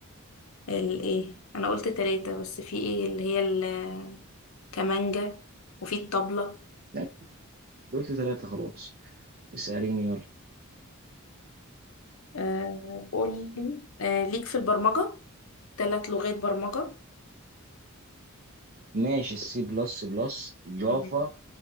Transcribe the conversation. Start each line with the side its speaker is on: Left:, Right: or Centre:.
Left: الايه انا قلت ثلاثة بس في ايه اللي هي الكمانجة وفي الطبلة
Right: لا أنت قلت تلاتة خلاص اسأليني يلا
Left: آه قولي آه ليك في البرمجة ثلاث لغات برمجة
Right: ماشي السي بلس بلس جافا
Left: مم.